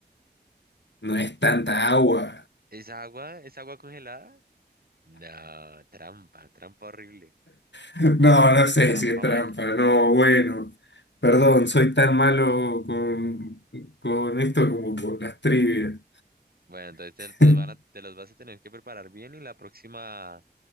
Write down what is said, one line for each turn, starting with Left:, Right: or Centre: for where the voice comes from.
Left: No es tanta agua.
Right: ¿Es agua? ¿Es agua congelada? No, trampa, trampa horrible,
Left: <laughs> No, no sé
Right: trampa
Left: si es trampa,
Right: mal.
Left: no, bueno, perdón, soy tan malo con, con esto como con las trivias.
Right: Bueno, entonces te, te
Left: <laughs>
Right: los van a- te los vas a tener que preparar bien y la próxima,